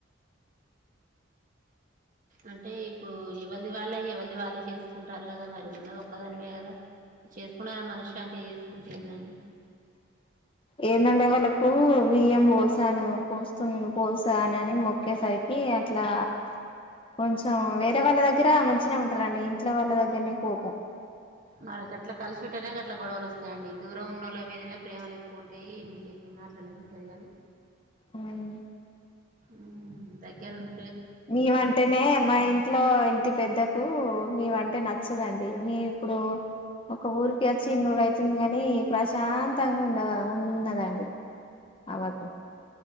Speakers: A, on the right; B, on the left.
A: అంటే ఇప్పుడు ఎవరిది వాళ్ళే ఎవరిది వాళ్ళే చేసుకుంటారు కదా మరి ఉన్నది. ఒక్కదానివే కదా చేసుకుంటే మనసు శాంతి చేసుకుంటే ఎందిఅండి.
B: ఏంటంటే వాళ్ళలకు బియ్యం పోసాను పోస్తు పోసా అన అని మొక్కేసరికి అట్లా కొంచెం వేరే వాళ్ళ దగ్గర మంచినే ఉంటారండి. ఇంట్లో వాళ్ళ దగ్గరనే కోపం.
A: మన గట్లా కలిసి ఉంటేనే గట్ల గొడవలు వస్తాయండి. దూరం ఉన్నోళ్ల మీదనే ప్రేమలు ఎక్కువ ఉంటాయి. ఏం చేయకుండా అట్లనే ఉంటది గాని.
B: ఉమ్మ్.
A: ఉమ్ దగ్గర ఉన్న
B: నీమ అంటేనే మా ఇంట్లో ఇంటి పెద్దకు. మేమంటే నచ్చదండి మీకు. ఒకఊరికి వచ్చి ఇన్ని రోజులైతుంది. వస్తుంది కాని ప్రశాంతంగా ఉన్న ఉన్నదండి అవకు.